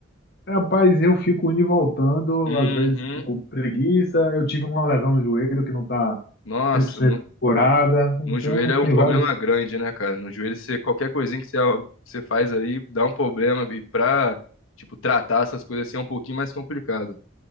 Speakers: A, on the left (about 50°); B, on the left (about 85°).
A: Rapaz, eu fico indo e voltando,
B: Uhum.
A: às vezes por preguiça. Eu tive uma lesão no joelho que não tá
B: Nossa,
A: 100%
B: não.
A: curada. Então,
B: No joelho é um
A: tem
B: problema
A: vários.
B: grande, né, cara? No joelho, você, qualquer coisinha que você, você faz ali dá um problema. E pra, tipo, tratar essas coisas assim é um pouquinho mais complicado.